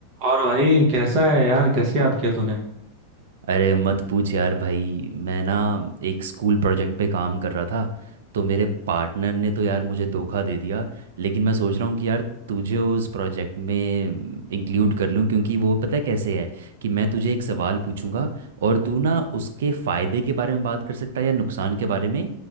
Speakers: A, on the right; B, on the right.
A: और भाई कैसा है यार कैसे याद किया तूने
B: अरे मत पूछ यार भाई मैं ना एक स्कूल प्रोजेक्ट पे काम कर रहा था तो मेरे पार्टनर ने तो यार मुझे धोखा दे दिया लेकिन मैं सोच रहा हूँ कि यार तुझे उस प्रोजेक्ट में इंक्लूड कर लूँ क्योंकि वो पता है कैसे है कि मैं तुझे एक सवाल पूछूंगा और तू ना उसके फ़ायदे के बारे में बात कर सकता है या नुकसान के बारे में